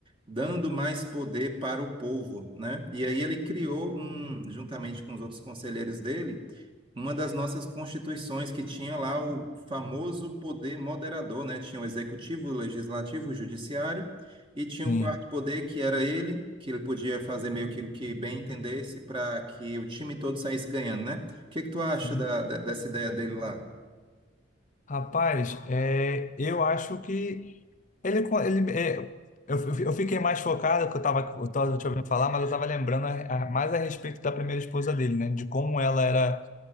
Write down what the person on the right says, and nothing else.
dando mais poder para o povo, né? E aí ele criou um, juntamente com os outros conselheiros dele, uma das nossas constituições que tinha lá o famoso poder moderador, né? Tinha o executivo, o legislativo, o judiciário e tinha
o quarto poder que era ele, que ele podia fazer meio que o que bem entendesse para que o time todo saísse ganhando, né? O que que tu acha
da, da- dessa ideia dele lá?